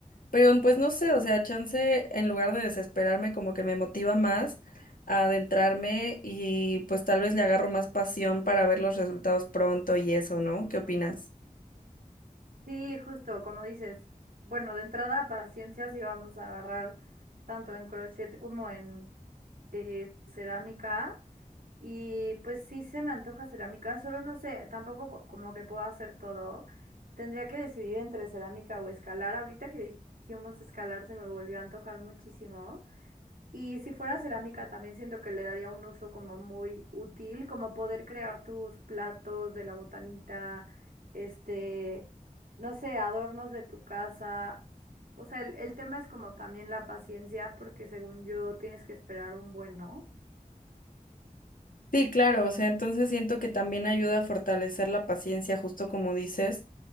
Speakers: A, on the left; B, on the right.
A: Pero pues no sé, o sea, chance en lugar de desesperarme como que me motiva más a adentrarme y pues tal vez le agarro más pasión para ver los resultados pronto y eso, ¿no? ¿Qué opinas?
B: Sí, justo, como dices, bueno, de entrada, paciencia si vamos a agarrar tanto en crochet como en eh, cerámica. Y pues sí se me antoja cerámica, solo no sé, tampoco co- como que puedo hacer todo. Tendría que decidir entre cerámica o escalar. Ahorita que dijimos escalar se me volvió a antojar muchísimo. Y si fuera cerámica, también siento que le daría un uso como muy útil, como poder crear tus platos de la botanita, este, no sé, adornos de tu casa. O sea, el, el tema es como también la paciencia, porque según yo tienes que esperar un buen, ¿no?
A: Sí, claro, o sea, entonces siento que también ayuda a fortalecer la paciencia, justo como dices,